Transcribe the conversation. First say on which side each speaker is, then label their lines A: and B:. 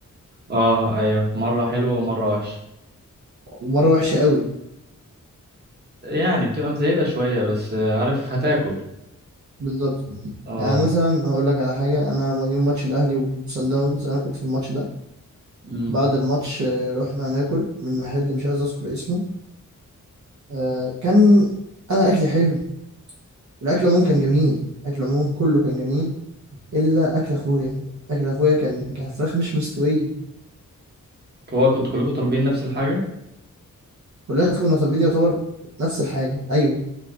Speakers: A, on the right; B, on the right.
A: اه ايوه مرة حلوة ومرة وحشة
B: مره وحشه قوي
A: يعني بتبقى مزيتة شوية بس آه، عارف هتاكل
B: بالظبط
A: اه
B: يعني مثلا هقول لك على حاجه انا يوم ماتش الاهلي وصن داونز انا كنت في الماتش ده
A: مم.
B: بعد الماتش آه، رحنا ناكل من محل مش عايز اذكر اسمه آه، كان انا اكلي حلو الاكل عموما كان جميل الاكل عموما كله كان جميل الا اكل اخويا اكل اخويا كان كان فراخ مش مستويه
A: هو كنتوا كلكم طالبين نفس الحاجة
B: كلنا كنا طالبين يعتبر نفس الحاجه ايوه